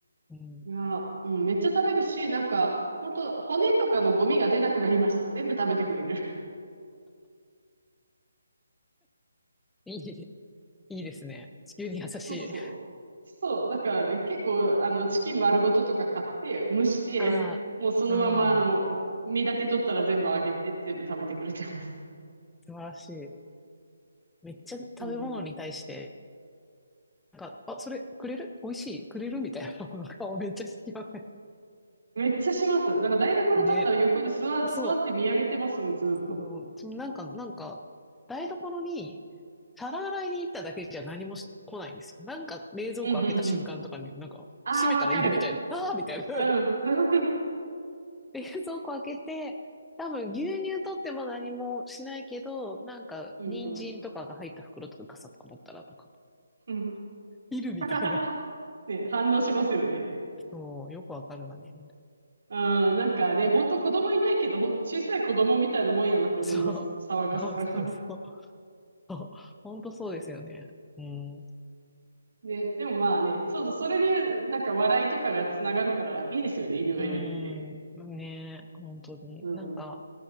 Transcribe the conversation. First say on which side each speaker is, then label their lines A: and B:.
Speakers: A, in the centre; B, on the right.
A: うん。
B: いや、うん、めっちゃ食べるし、なんか、本当骨とかのゴミが出なくなりました。全部食べてくれる。
A: いい、いいですね。地球に優しい。
B: そうそう。そう、だからね、結構、あの、チキン丸ごととか買って、蒸して、
A: <laughs> ああ、
B: <laughs> もうそのまま、
A: ああ、
B: あの、身だけ取ったら全部あげて、全部食べてくれてます。
A: 素晴らしい。めっちゃ食べ物に対して、
B: うん。
A: なんか、あ、それくれる美味しいくれるみたいなものの顔めっちゃしてきません。
B: めっちゃします。だから台所立ったら横で座、
A: ね。
B: 座って見上げてますもん、
A: そう。
B: ずーっと。
A: もう、そのなんか、なんか、台所に、皿洗いに行っただけじゃ何もし来ないんですよ。なんか、冷蔵庫開けた瞬間とかに、
B: うん、うん、うん。
A: なんか、
B: ああ、
A: 閉めたらいるみたいな、
B: わかる。
A: ああーみたいな。<laughs>
B: うん。<laughs>
A: 冷蔵庫開けて、多分牛乳取っても何もしないけど、なんか、
B: うん、
A: 人参とかが入った袋とか傘とか持ったら、
B: うん。
A: なんか、
B: <laughs> うん。
A: いるみたいな。
B: <laughs> ね、反応しますよね。
A: そう、よくわかるわね、みたいな。
B: うん、なんかね、ほんと子供いないけど、ほんと小さい子供みたいなもんやなって思いますもん、
A: そう、
B: 騒がしさが。
A: そうそうそう。そうほんとそうですよね。うん。
B: ね、でもまあね、そうそう、それで、なんか笑いとかがつながるからいいですよね、犬がいるってね。
A: うーん、ねえ、本当に。
B: うん。
A: なんか、